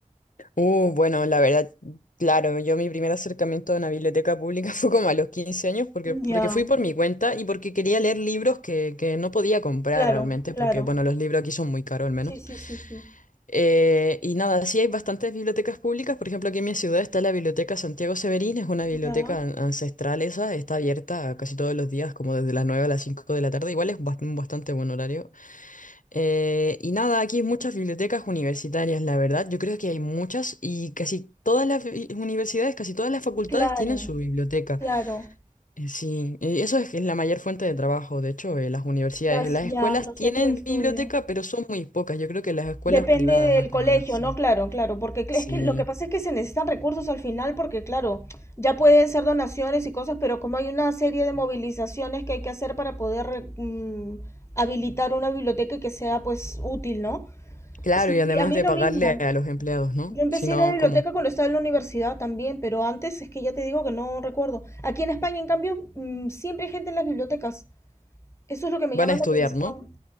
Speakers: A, on the left; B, on the left.
A: Uh, bueno, la verdad, claro, yo mi primer acercamiento a una biblioteca pública <laughs> fue como a los 15 años porque, porque
B: Ya,
A: fui por mi cuenta y porque quería leer libros que, que no podía comprar
B: claro,
A: realmente,
B: claro.
A: porque bueno, los libros aquí son muy caros al menos.
B: Sí, sí, sí, sí.
A: Eh, y nada, sí hay bastantes bibliotecas públicas, por ejemplo, aquí en mi ciudad está la Biblioteca Santiago Severín, es una biblioteca
B: Ya,
A: an- ancestral esa, está abierta casi todos los días, como desde las 9 a las 5 de la tarde, igual es bast- un bastante buen horario, eh, y nada, aquí hay muchas bibliotecas universitarias, la verdad. Yo creo que hay muchas y casi todas las bi- universidades, casi todas las facultades
B: claro,
A: tienen su biblioteca.
B: claro.
A: Eh, sí, eh, eso es, que es la mayor fuente de trabajo. De hecho, eh, las universidades,
B: Las,
A: las
B: ya,
A: escuelas
B: los
A: tienen
B: centros de estudio.
A: biblioteca, pero son muy pocas. Yo creo que las escuelas
B: Depende
A: privadas,
B: del
A: más que
B: colegio,
A: nada. Sí.
B: ¿no? Claro, claro, porque cl-
A: Sí.
B: es que lo que pasa es que se necesitan recursos al final, porque claro, ya pueden ser donaciones y cosas, pero como hay una serie de movilizaciones que hay que hacer para poder mm, habilitar una biblioteca que sea pues útil, ¿no?
A: Claro,
B: Sí,
A: y además
B: sí, a mí
A: de
B: lo
A: pagarle
B: mismo.
A: a los empleados, ¿no?
B: Yo empecé
A: Si no,
B: a ir a la biblioteca
A: ¿cómo?
B: cuando estaba en la universidad también, pero antes es que ya te digo que no recuerdo. Aquí en España, en cambio, mm, siempre hay gente en las bibliotecas. Eso es lo que me
A: Van
B: llama
A: a estudiar,
B: la atención
A: ¿no?